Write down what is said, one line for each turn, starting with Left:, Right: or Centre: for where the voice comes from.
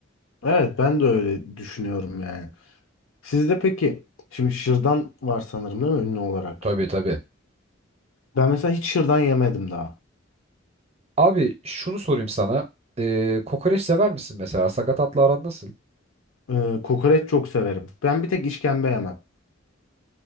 Left: Evet ben de öyle düşünüyorum yani. Sizde peki şimdi şırdan var sanırım değil mi ünlü olarak?
Right: Tabii tabii.
Left: Ben mesela hiç şırdan yemedim daha.
Right: Abi şunu sorayım sana. E, kokoreç sever misin mesela? Sakatatla aran nasıl?
Left: Ee, kokoreç çok severim. Ben bir tek işkembe yemem.